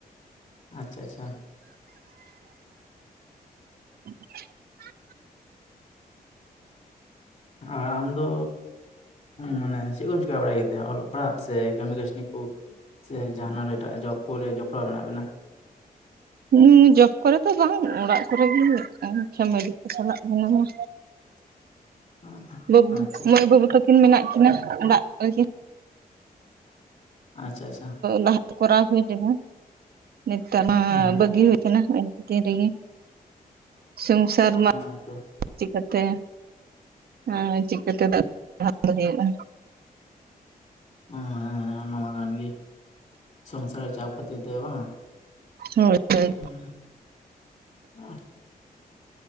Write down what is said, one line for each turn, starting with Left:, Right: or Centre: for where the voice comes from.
Left: ᱟᱪᱪᱷᱟ ᱟᱪᱪᱷᱟ।
Right: <inaudible>
Left: ᱟᱨ ᱟᱢᱫᱚ ᱢᱟᱱᱮ ᱪᱮᱫ ᱠᱚᱢ ᱪᱮᱠᱟ ᱵᱟᱲᱟᱭ ᱜᱮᱛᱮ? ᱚᱞᱚᱜ ᱯᱟᱲᱦᱟᱜ ᱥᱮ ᱠᱟᱹᱢᱤ ᱠᱟᱹᱥᱱᱤ ᱠᱚ ᱥᱮ ᱡᱟᱦᱟᱱᱟᱜ ᱮᱴᱟᱜ ᱡᱚᱵ ᱠᱚᱨᱮ ᱡᱚᱯᱲᱟᱣ ᱢᱮᱱᱟᱜ ᱵᱮᱱᱟ।
Right: ᱦᱩᱸ ᱡᱚᱵ ᱠᱚᱨᱮ ᱫᱚ ᱵᱟᱝ ᱚᱲᱟᱜ ᱠᱚᱨᱮᱜᱮ ᱯᱷᱮᱢᱮᱞᱤ ᱠᱚ ᱪᱟᱞᱟᱜ ᱠᱟᱱᱟ।
Left: <inaudible>
Right: ᱵᱟᱹᱵᱩ
Left: ᱟᱪᱪᱷᱟ ᱟᱪᱪᱷᱟ
Right: ᱢᱟᱹᱭ ᱵᱟᱹᱵᱩ ᱛᱟᱠᱤᱱ ᱢᱮᱱᱟᱜ ᱠᱤᱱᱟᱹ ᱚᱲᱟᱜ ᱨᱮᱜᱮ!
Left: ᱟᱪᱪᱷᱟ ᱟᱪᱪᱷᱟ
Right: ᱞᱟᱦᱟᱛᱮ ᱠᱚᱨᱟᱣ ᱦᱩᱭ ᱞᱮᱱᱟ ᱱᱮᱛᱟᱨ ᱢᱟ
Left: ᱦᱮᱸ
Right: ᱵᱟᱹᱜᱤ ᱦᱩᱭ ᱠᱟᱱᱟ। ᱨᱮᱜᱮ ᱥᱚᱝᱥᱟᱨ ᱢᱟ
Left: ᱟᱪᱪᱷᱟ
Right: ᱪᱤᱠᱟᱹᱛᱮ ᱟᱨ ᱪᱤᱠᱟᱹᱛᱮ ᱫᱟᱜ ᱦᱩᱭᱩᱜᱼᱟ।
Left: ᱚᱸ ᱦᱮᱸ ᱦᱮᱸ ᱚᱱᱟᱢᱟ ᱠᱟᱱ ᱜᱮ ᱥᱚᱝᱥᱟᱨ ᱨᱮᱭᱟᱜ ᱪᱟᱯ ᱠᱷᱟᱹᱛᱤᱨ ᱛᱮ ᱵᱟᱝᱼᱟ।
Right: ᱦᱳᱭ ᱦᱳᱭ
Left: ᱩᱸᱻ ᱚᱸ